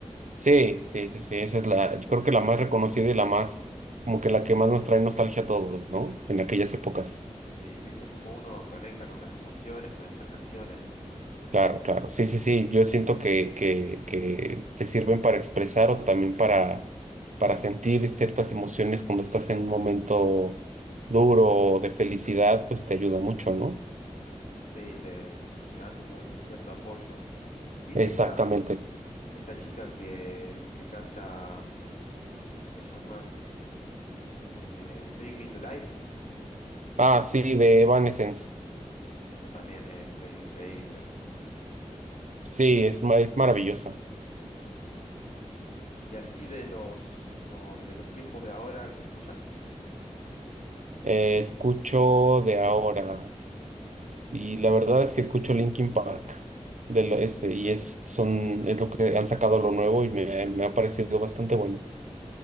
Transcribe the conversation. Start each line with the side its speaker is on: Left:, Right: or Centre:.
Right: sí, sí, sí, sí, esa es la, yo creo que la más reconocida y la más, como que la que más nos trae nostalgia a todos, ¿no? En aquellas épocas.
Left: Sí, viste cómo uno conecta con las emociones, con esas canciones.
Right: Claro, claro. Sí, sí, sí, yo siento que, que, que te sirven para expresar o también para, para sentir ciertas emociones cuando estás en un momento duro o de felicidad, pues te ayuda mucho, ¿no?
Left: Sí, te, te dan como un cierto apoyo. ¿Viste
Right: Exactamente.
Left: esta, esta chica que, que canta, eh, ¿cómo se llama? Eh, Bring Me to Life.
Right: Ah, sí, de Evanescence.
Left: Esa también es está increíble.
Right: Sí, es, ma- es maravillosa.
Left: Y así de los, los- de los tiempos de ahora, ¿qué escuchás?
Right: Eh, escucho de ahora y la verdad es que escucho Linkin Park de lo, este, y es, son, es lo que han sacado lo nuevo y me, me ha parecido bastante bueno.